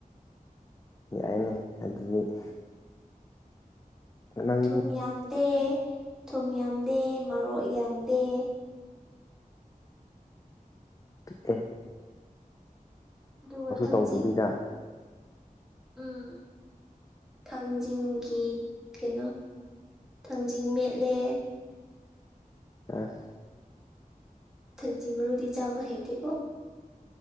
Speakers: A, on the left (about 25°); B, in the centre.
A: ꯌꯥꯏꯅꯦ ꯑꯗꯨꯗꯤ꯫ ꯅꯪ
B: ꯊꯨꯝ ꯌꯥꯝꯗꯦ ꯊꯨꯝ ꯌꯥꯝꯗꯦ ꯃꯔꯣꯛ ꯌꯥꯝꯗꯦ
A: ꯇꯦ
B: ꯑꯗꯨꯒ ꯊꯪꯁꯤ
A: ꯇꯧꯗꯕꯤꯗ
B: ꯎꯝ꯫ ꯊꯥꯡꯖꯤꯡꯒꯤ ꯀꯩꯅꯣ ꯊꯥꯡꯖꯤꯡ ꯃꯦꯠꯂꯦ
A: ꯑꯁ
B: ꯊꯥꯡꯖꯤꯃꯔꯨꯗꯤ ꯆꯥꯕ ꯍꯥꯇꯦꯀꯣ꯫